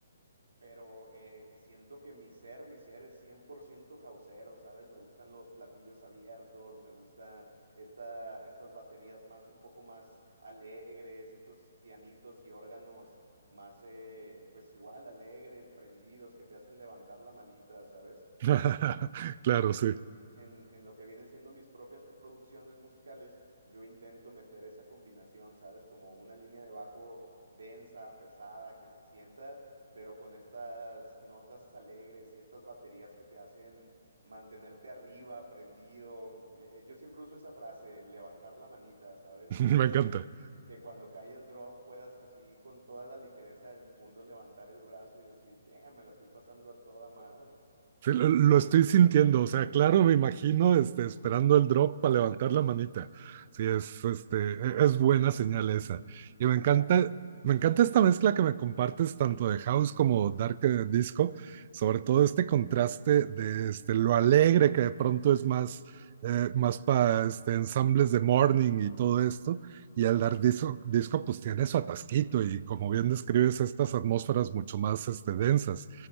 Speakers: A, on the right; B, on the right.
A: pero eh, siento que mi ser, mi ser es 100% jazzero, ¿sabes? Me gustan los platillos abiertos, me gusta esta, estas baterías más, un poco más alegres, estos pianitos y órganos más, eh, pues igual, alegres, prendidos, que te hacen levantar la manita, ¿sabes?
B: <laughs> Claro,
A: Entonces,
B: sí.
A: en, en lo que viene siendo mis propias producciones musicales, yo intento meter esa combinación, ¿sabes? Como una línea de bajo densa, pesada, que se sienta, pero con estas notas alegres y estas baterías que te hacen mantenerte arriba, prendido. Eh, eh, yo siempre uso esa frase, levantar la manita, ¿sabes?
B: <laughs>
A: De
B: Me
A: que,
B: encanta.
A: que cuando cae el drop puedas así con toda la ligereza del mundo levantar el brazo y decir, damn, me la estoy pasando a toda madre.
B: Sí, lo, lo estoy sintiendo, o sea, claro, me imagino este, esperando el drop para levantar la manita. Sí, es, este, e- es buena señal esa. Y
A: Exacto.
B: me encanta, me encanta esta mezcla que me compartes tanto de house como dark eh, disco, sobre todo este contraste de este, lo alegre que de pronto es más, eh, más para este, ensambles de morning y todo esto, y el dark disco, disco pues tiene su atasquito y como bien describes estas atmósferas mucho más este, densas.